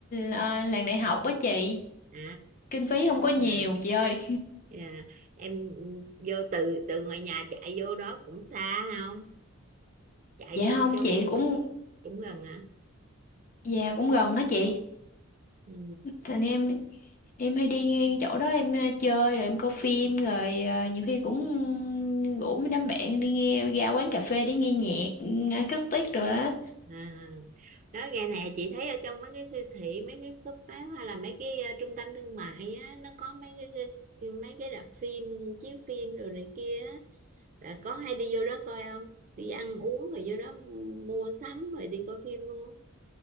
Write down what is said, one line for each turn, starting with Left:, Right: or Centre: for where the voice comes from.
Left: ờ, làng đại học á chị
Right: à
Left: kinh phí không có nhiều
Right: à,
Left: chị ơi
Right: à em vô từ từ ngoài nhà chạy vô đó cũng xa không chạy
Left: dạ
Right: vô
Left: không
Right: trong
Left: chị cũng
Right: cũng gần hả
Left: dạ cũng gần á chị
Right: ừ,
Left: Thành em em hay đi ngang chỗ đó em ờ, chơi rồi em coi phim rồi ờ, nhiều khi cũng rủ mấy đám bạn đi nghe ra quán cà phê để nghe nhạc ừ, acoustic rồi á.
Right: À, đó gà nè chị thấy ở trong mấy cái siêu thị mấy cái shop bán hay là mấy cái ờ, trung tâm thương mại á nó có mấy cái cái- mấy cái rạp phim chiếu phim rồi này kia á là có hay đi vô đó coi không đi ăn uống rồi vô đó mua sắm rồi đi coi phim luôn